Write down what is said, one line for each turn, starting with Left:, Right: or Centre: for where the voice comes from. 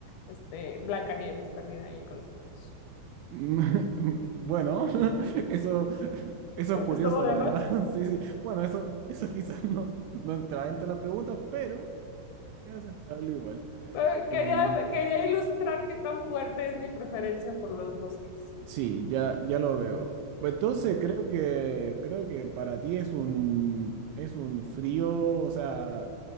Left: este, Blancanieves perdida ahí con los enanos.
Right: <laughs> Bueno, <laughs> eso, eso es curioso,
Left: Esto demás.
Right: la verdad. <laughs> Sí, sí. Bueno, eso, eso quizás no, no entra dentro de las preguntas, pero es aceptable igual.
Left: Eh,
Right: Eh,
Left: Quería, quería ilustrar qué tan fuerte es mi preferencia por los bosques.
Right: sí, ya, ya lo veo. Entonces creo que creo que para ti es un es un frío, o sea,